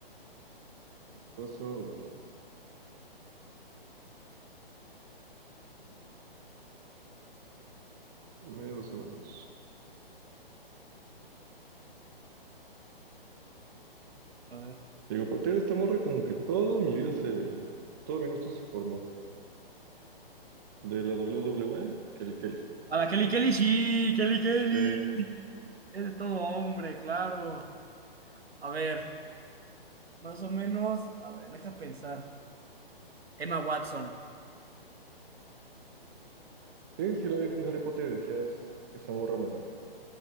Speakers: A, on the right; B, on the right.
A: Paso ahorita, dame dos segundos.
B: A ver.
A: Digo, a partir de esta morra, como que todo mi vida se... Todo mi gusto se formó. De la WWE, Kelly Kelly.
B: A la Kelly Kelly, sí, Kelly Kelly.
A: Sí.
B: Es de todo hombre, claro. A ver, más o menos. A ver, deja pensar. Emma Watson.
A: Sí, sí la ves en Harry Potter y decías, esa morra me late.